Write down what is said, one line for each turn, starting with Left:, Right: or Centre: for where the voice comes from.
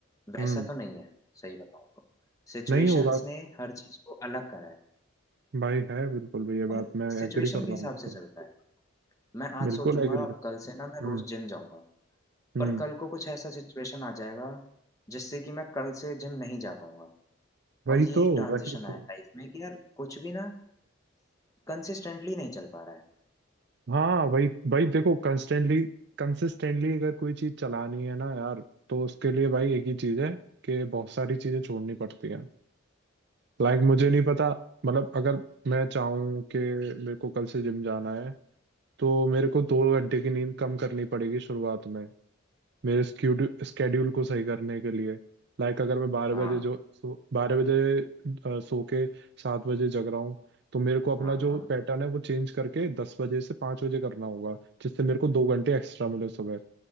Right: हम्म
Left: वैसा तो नहीं है सही बताऊं तो सिचुएशंस
Right: नहीं होगा
Left: ने हर चीज को अलग करा है
Right: भाई है बिल्कुल भी ये
Left: और
Right: बात मैं
Left: सिचुएशन
Right: एग्री कर
Left: के
Right: रहा
Left: हिसाब
Right: हूँ बिल्कुल
Left: से चलता है मैं आज
Right: बिल्कुल
Left: सोचूंगा
Right: एग्री
Left: अब
Right: कर
Left: कल से ना मैं
Right: हम्म
Left: रोज जिम जाऊंगा
Right: हम्म
Left: पर कल को कुछ ऐसा सिचुएशन आ जाएगा जिससे कि मैं कल से जिम नहीं जा पाऊंगा
Right: वही
Left: और यही
Right: तो
Left: ट्रांजिशन
Right: वही तो
Left: आया लाइफ में कि यार कुछ भी ना कंसिस्टेंटली नहीं चल पा रहा है
Right: हाँ वही भाई देखो कंस्टेंटली कंसिस्टेंटली अगर कोई चीज चलानी है ना यार तो उसके लिए भाई एक ही चीज है कि बहुत सारी चीजें छोड़नी पड़ती हैं लाइक मुझे नहीं पता मतलब अगर मैं चाहूँ कि मेरे को कल से जिम जाना है तो मेरे को दो घंटे की नींद कम करनी पड़ेगी शुरुआत में मेरे स्केड्यूल को सही करने के लिए लाइक अगर मैं बारह
Left: हाँ
Right: बजे जो सो बारह बजे अ, सो के सात बजे जग रहा हूँ तो मेरे को अपना
Left: हाँ
Right: जो
Left: हाँ
Right: पैटर्न है वो चेंज करके दस बजे से पाँच बजे करना होगा जिससे मेरे को दो घंटे एक्स्ट्रा मिले सुबह